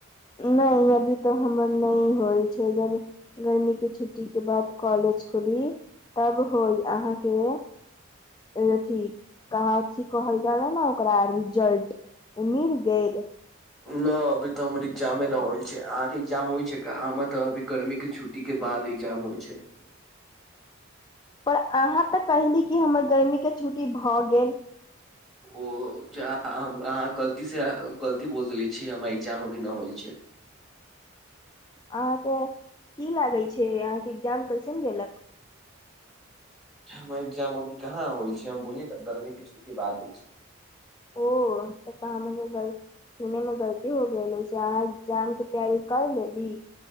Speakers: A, on the left (about 20°); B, in the centre.
A: नै, अभी तऽ हमर नै होय छै, जब गर्मी के छुट् टी के बाद कॉलेज खुली तब होई, आहाँ के? अऽ-थी कहाँ थी कहल जाला न ओकरा? रिजल्ट उ मील गेल?
B: न अबी तऽ हमर इग्जामे न होइल छै, आहाँ के इग्जाम होइ छै का? हमर तऽ अबी गर्मी के छुट्टी के बाद इग्जाम होय छै।
A: पर आहाँ तऽ कैहली कि हमर गर्मी के छुट्टी भऽ गेल।
B: ओ जा अहाँ-आहाँ गलती से गलती बोल देलियै। छी हमर इक्जाम अभी न होइल छैय।
A: आहाँ के की लागै छै? आहाँ के इग्जाम कैसन गेलक?
B: हमर इग्जाम अभी कहाँ होय छै? हम बोलियै न गर्मी के छुट्टी बाद होय छैय।
A: ओ तब तऽ आहाँ मैनलिय गल सुने में गलती हो गेल हो छै, आहाँ इग्जाम के तैयारी कर लेली?